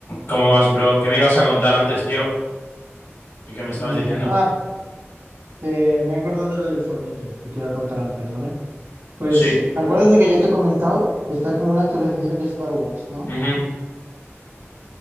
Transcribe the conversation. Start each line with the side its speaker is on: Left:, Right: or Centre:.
Left: ¿Cómo vas, bro? ¿Qué me ibas a contar antes, tío? ¿Y ¿Qué me estabas
Right: Mi
Left: diciendo?
Right: ma- Ah, te- me he acordado de lo del Fornite que te iba a contar antes, ¿vale? Pues,
Left: Sí.
Right: ¿te acuerdas de que yo te he comentado? Está como una actualización de Star Wars, ¿no?
Left: ujú,